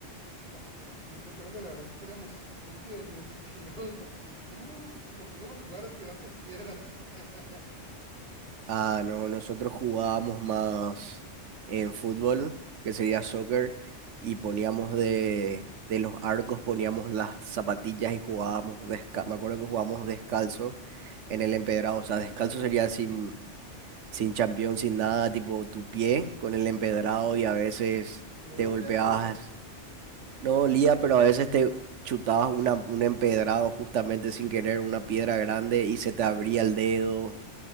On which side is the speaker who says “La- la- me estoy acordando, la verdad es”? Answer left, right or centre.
Right